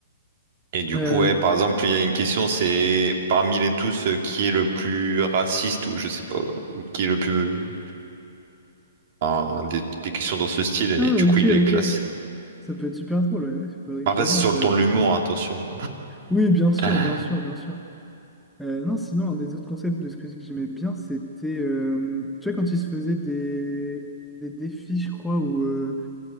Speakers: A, on the right; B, in the centre.
A: Et du
B: Euh,
A: coup, ouais, par exemple, il y a une question, c'est parmi les tous, euh, qui est le plus raciste ou je sais pas, ou qui est le plus... enfin, des, des questions dans ce style, et
B: Ah,
A: du
B: ok,
A: coup, il les classe.
B: ok. Ça peut être super drôle, ouais, ouais. Faudrait
A: Après,
B: que je regarde,
A: c'est sur
B: faudrait
A: le ton
B: que
A: de
B: je
A: l'humour,
B: regarde.
A: hein, attention.
B: Oui, bien sûr,
A: <laughs>
B: bien sûr, bien sûr. Euh, non, sinon, un des autres concepts de Squeezie que j'aimais bien, c'était, euh, tu vois, quand il se faisait des, des défis, je crois, où, euh,